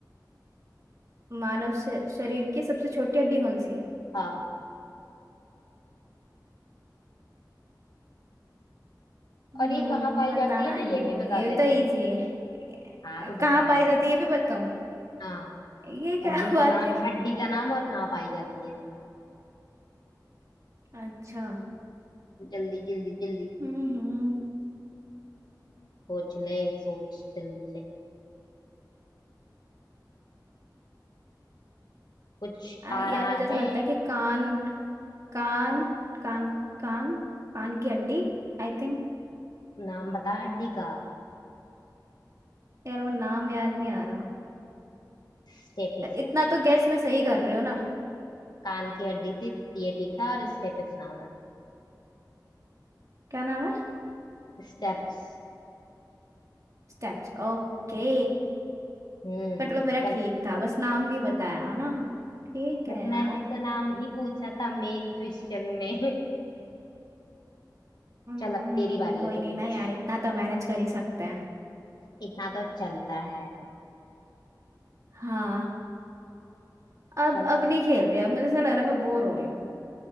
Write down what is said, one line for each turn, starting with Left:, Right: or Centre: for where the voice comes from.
Right: मानव श- शरीर की सबसे छोटी हड्डी कौन सी है
Left: हाँ
Right: हम्म
Left: और ये कहाँ
Right: हम्म,
Left: पाई
Right: बता
Left: जाती है ना
Right: रही
Left: ये
Right: हूँ
Left: भी
Right: ये
Left: बता
Right: भी
Left: देना
Right: तो इजी है
Left: हाँ तो बता
Right: कहाँ पाई
Left: ना
Right: जाती है ये भी बताऊँ
Left: हाँ
Right: ये क्या
Left: हड्डी
Right: <laughs> बात
Left: का नाम
Right: हुई
Left: हड्डी का नाम और कहाँ पाई जाती है
Right: अच्छा
Left: जल्दी जल्दी जल्दी
Right: हम्म हम्म
Left: सोच ले सोच जल्दी से कुछ
Right: आ, यार
Left: आ रहा
Right: मुझे ऐसा
Left: है
Right: लगता है कि कान कान कान कान कान की हड्डी आई थिंक
Left: नाम बता हड्डी का
Right: यार वो नाम याद नहीं आ रहा
Left: स्टेपिस
Right: तो इतना
Left: है
Right: तो गैस में सही कर रहे हो ना
Left: कान की हड्डी थी ये ठीक था और स्टेपिस नाम है
Right: क्या नाम है
Left: स्टेप्स
Right: Steps okay
Left: हम्म
Right: मतलब मेरा
Left: चल
Right: ठीक था बस नाम नहीं बताया ना ठीक
Left: बट
Right: है यार
Left: मैंने तो नाम ही पूछा था मेन क्वेश्चन में <laughs>
Right: हम्म
Left: चल अब तेरी बारी
Right: कोई
Left: है
Right: नहीं
Left: तू
Right: ना
Left: पूछ
Right: यार इतना तो मैनेज कर ही सकते हैं
Left: इतना तो चलता है
Right: हाँ अब
Left: चल
Right: अब नहीं खेल रही अब मुझे ऐसा लग रहा है मैं बोर हो रही हूँ